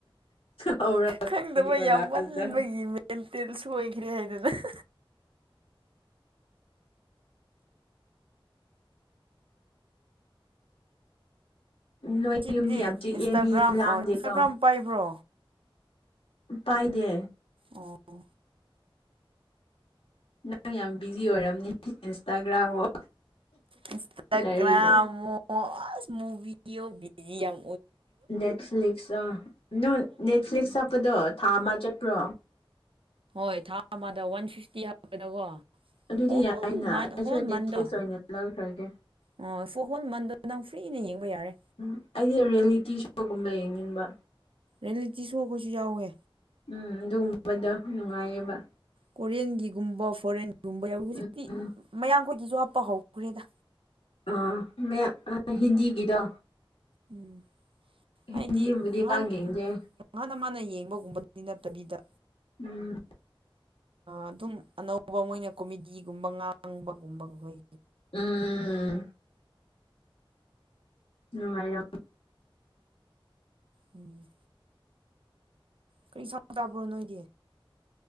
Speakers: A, on the left; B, on the right.
A: ꯍꯧꯔꯒꯅꯤꯀꯣ
B: ꯈꯪꯗꯕ ꯌꯥꯝ
A: ꯂꯥꯁꯇ
B: ꯃꯟꯕꯒꯤ ꯃꯦꯟꯇꯦꯜ ꯁꯣꯏꯈ꯭ꯔꯦ ꯑꯗꯨꯅ ꯍꯥ
A: ꯅꯣꯏ
B: ꯏꯆꯦꯗꯤ
A: ꯌꯨꯝꯗꯤ ꯌꯥꯝ ꯆꯤꯛꯑꯦ
B: ꯏꯟꯁꯇꯥꯒ꯭ꯔꯥꯝ
A: ꯃꯤ ꯂꯥꯡꯗꯦꯀꯣ
B: ꯏꯟꯁꯇꯥꯒ꯭ꯔꯥꯝ ꯄꯥꯏꯕ꯭ꯔꯣ
A: ꯄꯏꯗꯦ
B: ꯑꯣ
A: ꯅꯪ ꯌꯥꯝ ꯕꯤꯖꯤ ꯑꯣꯏꯔꯝꯅꯤ ꯏꯟꯁꯇꯥꯒ꯭ꯔꯝ ꯑꯣ
B: ꯏꯟꯁꯇꯒ꯭ꯔꯝꯑꯣ
A: ꯂꯥꯏꯔꯤꯛꯔꯣ
B: ꯑꯁ ꯃꯣꯚꯤꯑꯣ ꯕꯤꯗꯤꯌꯝ
A: ꯅꯦꯠꯐ꯭ꯂꯤꯛꯁ ꯑꯣ ꯅꯣꯏ ꯅꯦꯠꯐ꯭ꯂꯤꯛꯁ ꯍꯥꯞꯄꯗꯣ ꯊꯥ ꯑꯃ ꯆꯠꯄ꯭ꯔꯣ
B: ꯍꯣꯏ ꯊꯥ ꯑꯃꯗ ꯋꯥꯟ ꯐꯤꯐꯇꯤ ꯍꯥꯞꯄꯗꯀꯣ
A: ꯑꯗꯨꯗꯤ
B: ꯍꯣꯜ
A: ꯌꯥꯏꯅ
B: ꯃꯟ
A: ꯑꯩꯁꯨ
B: ꯍꯣꯜ ꯃꯟꯗꯣ
A: ꯅꯦꯠꯐ꯭ꯛꯁ ꯑꯣꯏꯅ ꯂꯧꯈ꯭ꯔꯒꯦ
B: ꯑꯣ ꯐꯣꯔ ꯍꯣꯜ ꯃꯟꯗꯟ ꯅꯪ ꯐ꯭ꯔꯤꯅ ꯌꯦꯡꯕ ꯌꯥꯔꯦ
A: ꯎꯝ ꯑꯩꯗꯤ ꯔꯤꯌꯦꯂꯤꯇꯤ ꯁꯣꯒꯨꯝꯕ ꯌꯦꯡꯅꯤꯡꯕ
B: ꯔꯤꯌꯦꯂꯤꯇꯤ ꯁꯣꯈꯩꯁꯨ ꯌꯥꯎꯋꯦ
A: ꯎꯝ ꯑꯗꯨꯒꯨꯝꯕꯗꯣ ꯅꯨꯡꯉꯥꯏꯌꯦꯕ
B: ꯀꯣꯔꯤꯌꯟꯒꯤꯒꯨꯝꯕ ꯐꯣꯔꯦꯟꯒꯨꯝꯕ ꯌꯥꯎꯋ ꯍꯧꯖꯤꯛꯇꯤ
A: ꯎꯝ ꯎꯝ
B: ꯃꯌꯥꯝꯈꯣꯏꯒꯤꯁꯨ ꯍꯥꯞꯄ ꯍꯧꯈ꯭ꯔꯦꯗ
A: ꯑꯥ ꯃꯌ ꯍꯤꯟꯗꯤꯒꯤꯗꯣ
B: ꯎꯝ ꯍꯥꯏꯗꯤ
A: ꯍꯤꯟꯗꯤꯕꯨꯗꯤ
B: ꯉꯍꯥꯟ
A: ꯄꯥꯛ ꯌꯦꯡꯗꯦ
B: ꯉꯍꯥꯟ ꯃꯅꯥ ꯌꯦꯡꯕꯒꯨꯝꯕꯗꯤ ꯅꯠꯇꯕꯤꯗ
A: ꯎꯝ
B: ꯑꯗꯨꯝ ꯑꯅꯧꯕ ꯃꯣꯏꯅ ꯀꯣꯃꯦꯗꯤꯒꯨꯝꯕ ꯉꯥꯡꯕꯒꯨꯝꯕ ꯈꯣꯏ
A: ꯎꯝꯝꯝ ꯅꯨꯡꯉꯥꯏ ꯌꯥꯝ
B: ꯎꯝ ꯀꯔꯤ ꯢꯟꯁꯥꯡ ꯆꯥꯕ꯭ꯔꯣ ꯅꯣꯏꯗꯤ